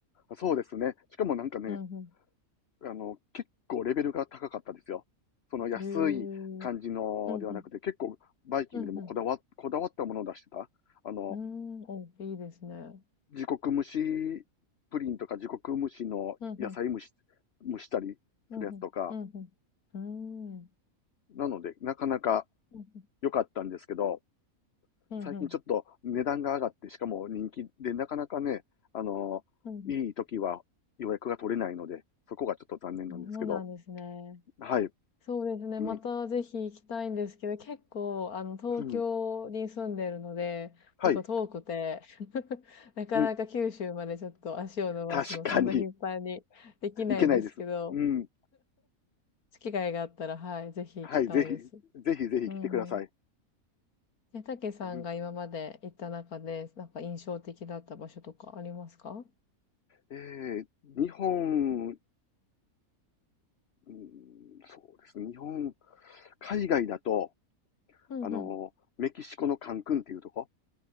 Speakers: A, on the left; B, on the left.
A: そうですね。しかもなんかね、
B: うんう
A: あの、結構レベルが高かったですよ。その安い感じのではなくて、
B: ん。へえ。うんうん。
A: 結構バイキングでもこだわ、
B: うんうん。
A: こだわったものを出してた。あの、
B: うーん、お、いいですね。
A: 自国蒸しプリンとか自国蒸しの野菜蒸し、
B: うんうん、
A: 蒸したりするやつとか。
B: うんうん、うんうん、うーん、
A: なので、なかなか
B: うんうん、
A: 良かったんですけど、
B: うんうん、
A: 最近ちょっと値段が上がって、しかも人気で、なかなかね、あの、
B: うんうん。
A: いい時は予約が取れないので、そこがちょっと残念なんですけど。
B: そうなんですね。
A: はい。
B: そうですね。
A: うん。
B: またぜひ行きたいんですけど、結構、あの、東京に住んでるので、
A: うんはい。
B: 結構遠くて、<laughs> なかなか九州までちょっと足を伸ばすの、
A: うん。確かに。
B: そんな頻繁にできないんですけど、
A: いけないです。うん。
B: 機会があったら、はい、ぜひ行きたいです。
A: はい、ぜひ、ぜひぜひ来てください。
B: うんうん。え、たけさんが今まで行った中で、
A: うん、
B: なんか印象的だった場所とかありますか
A: えー日本、うんそうですね、日本、海外だと、
B: うんうん。
A: あの、メキシコのカンクンっていうとこ、